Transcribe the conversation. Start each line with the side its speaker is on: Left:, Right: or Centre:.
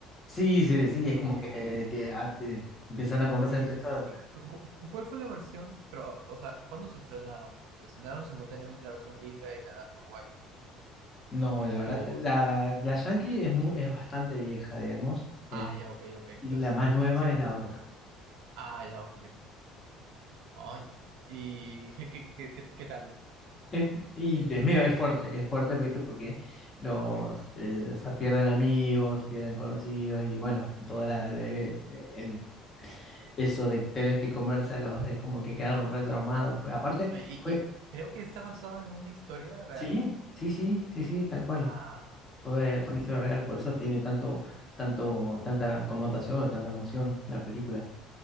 Left: Sí, sí, sí, es
Right: Eh,
Left: como que, que, ah, te- empiezan a conversar
Right: sí,
Left: entre
Right: sí,
Left: ellos.
Right: sí. sí. Cu- cu- ¿Cuál fue la versión? Pero, o sea, ¿cuándo se estrenaron? ¿Se estrenaron simultáneamente la versión gringa y la uruguaya?
Left: No,
Right: O,
Left: la verdad, la, la Yankee es, muy, es bastante vieja, digamos, es-
Right: ah, ya, ok, ok. Entonces,
Left: y la más nueva
Right: sí, pu-
Left: es la otra.
Right: ah, ya, ok, ok. Ay, ¿y qué, qué, qué, qué- qué tal?
Left: Es- y
Right: Eh,
Left: es medio, es fuerte, es fuerte, ¿viste? Porque los,
Right: uy.
Left: eh, o sea, pierden amigos, pierden conocidos, y bueno, toda la, el, el- el- eso de tener que comerse a los, es como que quedaron re traumados después. Aparte,
Right: Oye, y,
Left: fue,
Right: y creo que está basado en una historia real.
Left: sí, sí, sí, sí, sí, tal cual.
Right: Ah,
Left: Fue, fue una historia real, por eso tiene tanto, tanto, tanta connotación o tanta emoción la película.